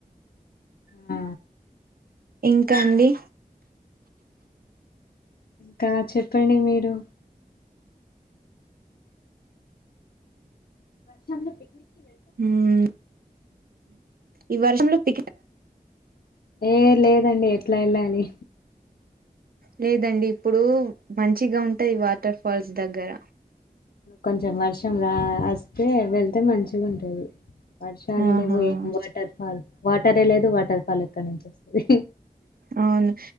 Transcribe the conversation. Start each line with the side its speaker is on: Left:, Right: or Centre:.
Left: ఆ
Right: ఇంకా అండి
Left: కా చెప్పండి మీరు వర్షాంలో పక్నిక్కి <unintelligible>
Right: మ్మ్ ఈ వర్షం లో <inaudible>
Left: ఏ లేదండి ఎట్లా వెళ్ళాలి
Right: లేదండి ఇప్పుడు మంచిగా ఉంటాయి వాటర్ ఫాల్స్ దగ్గర
Left: కొంచెం వర్షం రా వస్తే వెళ్తే మంచిగా ఉంటుది వర్షాలే
Right: ఆహా
Left: లేవు ఏం వాటర్ ఫాల్ వాటరే లేదు వాటర్ ఫాల్ ఎక్కడ నుంచి వస్తుంది
Right: అవును